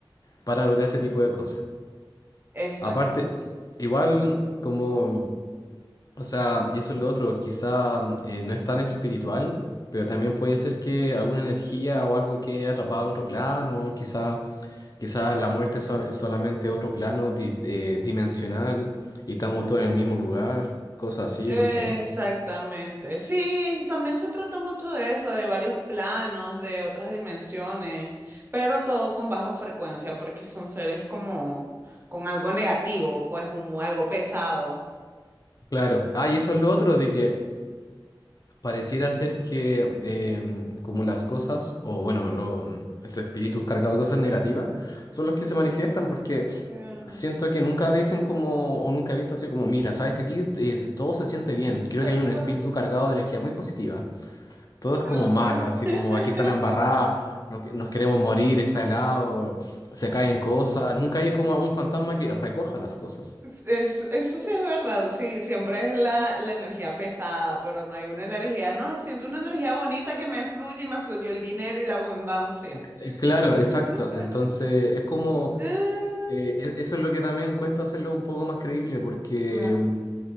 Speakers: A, on the left; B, on the right.
A: para lograr ese tipo de cosas.
B: Exactamente.
A: Aparte, igual como O sea, y eso es lo otro, quizá mm, eh, no es tan espiritual, pero también puede ser que alguna energía o algo quede atrapado en otro plano, quizá, quizá la muerte es so- es solamente otro plano di- eh, dimensional y estamos todos en el mismo lugar, cosas así,
B: Exactamente.
A: no sé.
B: Sí, y también se trata mucho de eso, de varios planos, de otras dimensiones, pero todo con baja frecuencia, porque son seres como con algo negativo, pues un- algo pesado.
A: Claro, ah, y eso es lo otro, de que pareciera ser que em, como las cosas, o bueno, lo, mm, estos espíritus cargados de cosas negativas, son los que se manifiestan porque...
B: Ajá,
A: Siento que nunca dicen como, o nunca he visto así como, mira, sabes que aquí eh, se- todo se siente bien. Creo
B: Tal
A: que hay un
B: cual,
A: espíritu cargado de energía muy positiva. Todo es
B: tal
A: como malo,
B: cual.
A: así
B: <laughs>
A: como aquí está la embarrada, nos, que- nos queremos morir, está helado, se caen cosas. Nunca hay como un fantasma que recoja las cosas.
B: Es- eso sí es verdad, sí, siempre es la, la energía pesada, pero no hay una energía, no, siento una energía bonita que me fluye y me fluyó el dinero y la abundancia.
A: Eh, c- eh, Claro, exacto.
B: <laughs>
A: Entonces, es como,
B: Ah,
A: eh, e- eso es lo que también cuesta hacerlo un poco más creíble, porque
B: Claro.
A: mm,